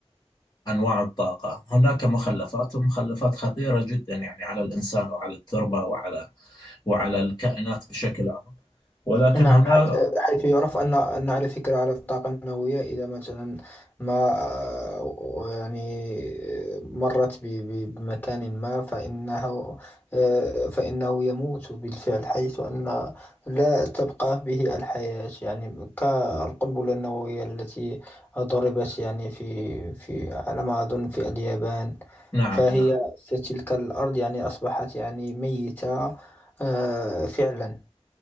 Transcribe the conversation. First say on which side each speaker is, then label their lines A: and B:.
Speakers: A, on the left; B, on the left.
A: أنواع الطاقة هناك مخلفات ومخلفات خطيرة جدا يعني على الإنسان وعلى التربة وعلى وعلى الكائنات بشكل عام ولكن
B: نعم
A: هنا
B: حت- حيث يعرف أن أن على فكرة على الطاقة النووية إذا مثلا ما آه، يعني مرت ب- ب- بمكان ما فإنه آه، فإنه يموت بالفعل حيث أن لا تبقى به الحياة يعني كالقنبلة النووية التي ضربت يعني في في على ما أظن في اليابان
A: نعم
B: فهي
A: نعم.
B: في تلك الأرض يعني أصبحت يعني ميتة آه، فعلا